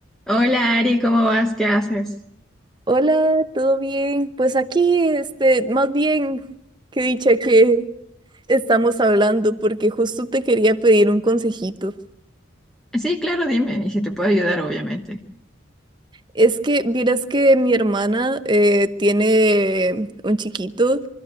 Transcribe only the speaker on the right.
Hola, ¿todo bien? Pues aquí, este, más bien, qué dicha que estamos hablando, porque justo te quería pedir un consejito.
Es que, vieras que mi hermana eh, tiene un chiquito